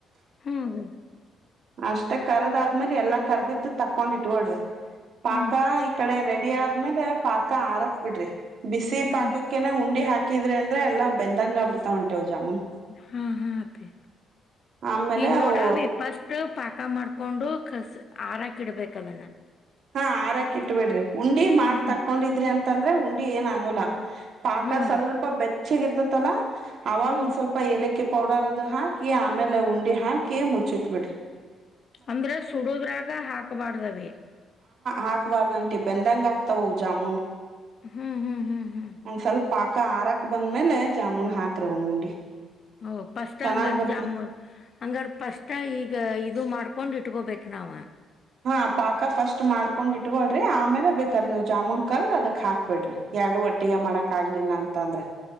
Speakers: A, on the left (about 50°); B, on the right (about 65°).
A: ಹ್ಮ್ ರಿ
B: ಅಷ್ಟೇ ಕರದ ಆದ್ ಮೇಲ್ ಎಲ್ಲಾ ಕರ್ದಿದ್ದು ತಕೊಂಡ್ ಇಟ್ಟಿಗೊಳ್ರಿ. ಪಾಕ
A: ಹ್ಞೂ
B: ಇಕಡೆ ರೆಡ್. ರೆಡಿ ಆದ್ಮೇಲೆ ಪಾಕ ಆರಕ್ ಬಿಡ್ರಿ. ಬಿಸಿ
A: ಹ್ಞೂ
B: ಪಾಕಕ್ಕನೆ ಉಂಡಿ ಹಾಕ್ ಹಾಕಿದ್ರಿ ಅಂದ್ರೆ ಎಲ್ಲ ಬೆಂದಂಗ ಆಗ್ ಬಿಡ್ತಾವ ಆಂಟಿ ಅವು ಜಾಮೂನ್.
A: ಹಾ ಹಾ ಅಪ್ಪಿ
B: ಆಮೇಲೆ
A: ಈಗ್
B: ಅವು
A: ನೋಡಾ ಅವಿ ಪಸ್ಟ್ ಪಾಕ್ ಪಾಕ ಮಾಡ್ಕೊಂಡು ಕಸ್ ಆರಕ್ ಇಡ್ಬೇಕ ಅದನ್ನ.
B: ಹಾ ಆರಾಕ ಇಟ್ ಬಿಡ್ರಿ. ಉಂಡಿ ಮಾಡ್
A: ಹ್ಮ್
B: ತಕ್ಕೊಂಡಿದ್ರಿ ಅಂದ್. ಅಂತಂದ್ರೆ ಉಂಡಿ ಏನ ಆಗೋಲ್ಲ. ಪಾಕ
A: ಹ್ಞೂ ಅಭಿ
B: ಸ್ವಲ್ಪ ಬೆಚ್ಚಗ ಇರ್ತತಲ್ಲ ಅವಾಗ
A: ಹ್ಮ್
B: ಒಂದ್ ಸ್ವಲ್ಪ ಎಲೆಕ್ ಕಿ ಪೌಡರ್ ಅದು ಹಾಕಿ. ಕಿ ಆಮೇಲ ಉಂಡಿ ಹಾಕಿ ಮುಚ್ಚಿಟ್ ಬಿಡ್ರಿ.
A: ಅಂದ್ರೆ ಸುಡುದ್ರಾಗ ಹಾಕಬಾರ್ದರಿ.
B: ಹಾಕ್ಬಾರ್ದಂಟೀ ಬೆಂದಂಗ ಆಗ್ತಾವ ಅವು ಜಾಮೂನು.
A: ಹ್ಮ್ ಹ್ಮ್ ಹ್ಮ್ ಹ್ಮ್.
B: ಸ್ವಲ್ಪ ಪಾಕ ಆರಾಕ್ ಬಂದ್ಮೇಲೆ ಜಾಮೂನ್ ಹಾಕ್ರಿ ಅವ್ನ ಉಂಡಿ.
A: ಓ ಪಸ್ಟ್
B: ಚೆನ್ನಾಗ್
A: ಹಂಗಾರ
B: ಬರ್ತ
A: ಜಾಮೂನ ಹಂಗಾರ ಪಸ್ಟ್ ಈಗ ಇದು ಮಾಡ್. ಕರ್ಕೊಂಡ್ ಇಟ್ಕೋಬೇಕ ನಾವ.
B: ಹಾ ಪಾಕ ಫಸ್ಟ್ ಮಾಡ್ಕೊಂಡ್ ಇಟ್ಕೋಳ್ರಿ ಆಮೇಲ ಬೇಕರ ನೀವು ಜಾಮೂನ್ ಕರ್ದ್ ಅದಕ್ ಹಾಕ್ಬಿಡ್ರಿ. ಎರಡು ಒಟ್ಟಿಗೆ ಮಾಡಕ್ ಆಗ್ಲಿಲ್ಲ ಅಂತ ಅಂದ್ರೆ.